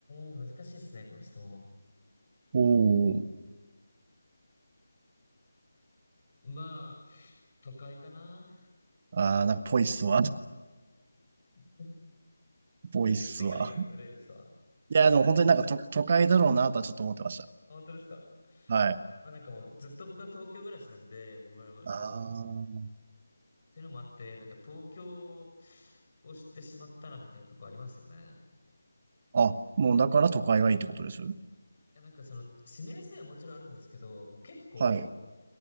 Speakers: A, on the left; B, on the right.
A: え、難しいですね、この質問。
B: おー。
A: まあ、都会かな。
B: ああ、なんかぽいっすわ。<laughs>
A: <laughs>
B: ぽいっすわ。
A: それ言ってから言うのずるいですわ。
B: いや、でも本当になんか都、都会だろうなとはちょっと思ってました。
A: あ本当ですか
B: はい。
A: まあなんかもうずっと僕は東京暮らしなんで、もう生まれも育ちも。
B: あ
A: っていうのもあって、なんか東京を知ってしまったなみたいなとこありますよね。
B: あ。あ、もうだから都会がいいってことです
A: いやなんかその、住みやすいはもちろんあるんですけど、僕結構、
B: はい。